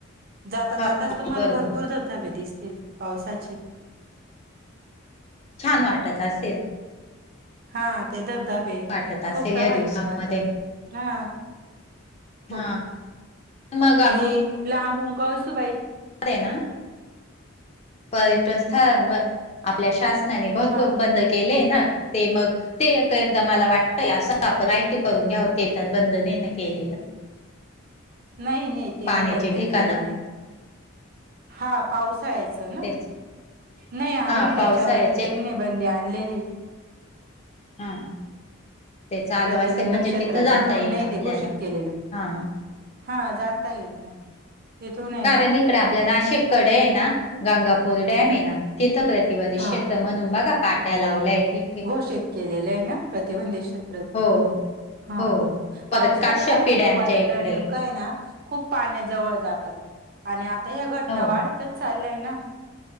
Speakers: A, on the right; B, on the left.
A: जाता
B: हा
A: जात आज तुम्हाला
B: बरोबर
A: भरपूर धबधबे दिसतील पावसाचे.
B: छान
A: हम्म.
B: वाटत असेल.
A: हा ते धबधबे,
B: वाटत असेल
A: खूप प्रवाहित
B: या दिवसामध्ये
A: राहतात हा. हो
B: हा मग
A: आणि लांबून कळसुबाई
B: अरे ना पर्यटन स्थळावर, आपल्या शासनाने भरपूर
A: हा
B: बंद केले ना. ते मग ते एकदा मला वाटतय असं आपण माहिती करून घ्याव ते पण नाही ना बंदनेन केलेलं.
A: नाही नाही ते
B: पाण्याचे
A: नाही बंद
B: ठिकाण
A: केलेलं. हा पावसाळ्याचं ना,
B: तेच
A: नाही अजून
B: हा
A: त्याच्यावरती
B: पावसाळ्याचे
A: तरी नाही बंदी आणलेली.
B: हा ते चालू
A: प्रतिबंधक
B: असेल म्हणजे
A: क्षेत्रांत
B: तिथं जाता
A: म्हणून
B: येईल
A: नाही
B: आपल्याला
A: ते घोषित केलेल.
B: हा
A: हा जाता येईल ना. तिथून आहे
B: कारण
A: ना
B: इकडे आपल्या नाशिककडे हे ना गंगापूर डॅम हे ना तिथं प्रतिबंधित
A: हा
B: क्षेत्र म्हणून बघा पाट्या लावल्याय तिथे
A: घोषित केलेले आहे ना प्रतिबंधित क्षेत्र.
B: हो
A: हा
B: हो
A: हा
B: परत
A: पावसाळ्यात
B: काश्यपी
A: काय होतं
B: डॅमच्या
A: पर्यटन
B: इकडे
A: स्थळ आहे ना. खूप पाण्याजवळ जातात आणि आता ह्या घटना
B: हो
A: वाढतच चालल्याय ना.